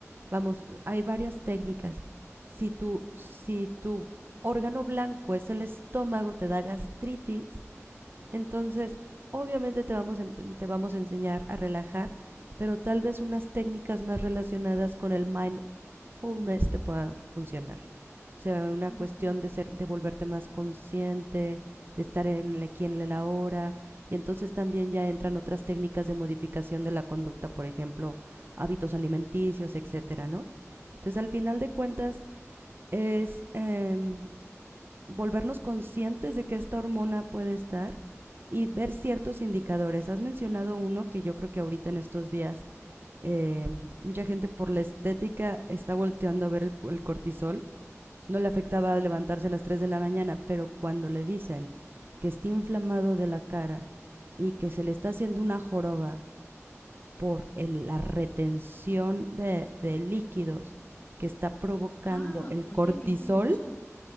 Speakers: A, on the right; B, on the left.
A: Vamos, hay varias técnicas. Si tu, si tu órgano blanco es el estómago, te da gastritis, entonces, obviamente te vamos, te vamos a enseñar a relajar, pero tal vez unas técnicas más relacionadas con el mindfulness te puedan funcionar. O sea, una
B: Ujú.
A: cuestión de ser, de volverte más consciente, de estar en el aquí en el ahora. Y entonces también ya entran otras técnicas de modificación de la conducta, por ejemplo, hábitos alimenticios, etcétera, ¿no? Entonces, al final de cuentas, es em, volvernos conscientes de que esta hormona puede estar y ver ciertos indicadores. Has mencionado uno que yo creo que ahorita en estos días eh, mucha gente por la estética está volteando a ver el, el cortisol. No le afectaba levantarse a las 3 de la mañana, pero cuando le dicen que está inflamado de la cara y que se le está haciendo una joroba por el, la retención de, de líquidos que está provocando
B: Ah,
A: el
B: oye,
A: cortisol,
B: qué curioso.